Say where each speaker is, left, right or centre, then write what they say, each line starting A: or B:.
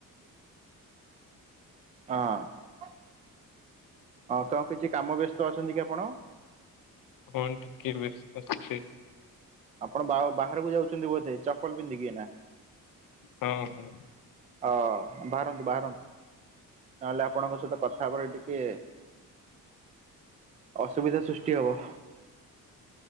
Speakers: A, on the right (about 20°); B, on the left (about 70°).
A: ହଁ କଣ କିଛି କାମ ବ୍ୟସ୍ତ ଅଛନ୍ତି କି ଆପଣ।?
B: କଣ ଟିକେ ବେସ୍ତ ଛି
A: ଆପଣ ବାହା ବାହାରକୁ ଯାଉଛନ୍ତି ବୋଧେ ଚପଲ ପିନ୍ଧିକିନା?
B: ହଁ ହଁ।
A: ହଁ ବାହାରନ୍ତୁ ବାହାରନ୍ତୁ। ନହେଲେ ଆପଣଙ୍କ ସହିତ କଥା ହେବରେ ଟିକେ ଅସୁବିଧା ସୃଷ୍ଟି ହବ।